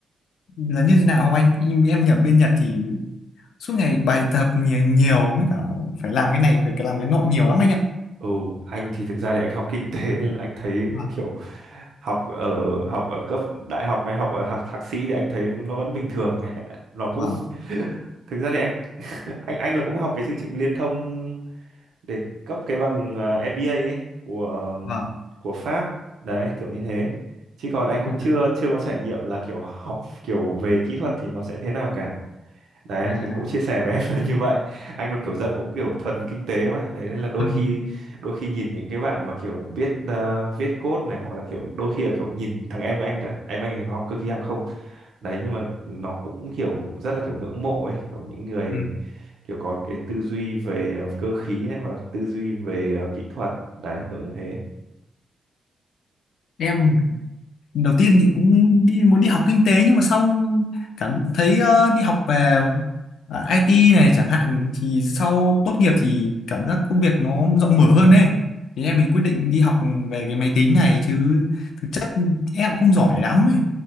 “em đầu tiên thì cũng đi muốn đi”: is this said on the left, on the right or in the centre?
Left